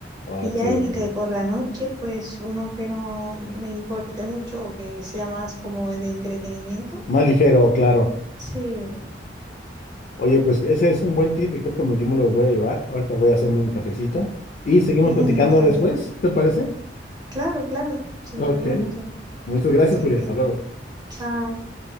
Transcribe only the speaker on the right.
Y
ya el de por la noche, pues uno que no me importe mucho o que sea más como de entretenimiento.
Sí,
<laughs>
vale.
Claro, claro, sin
problema yo.
Es
bye.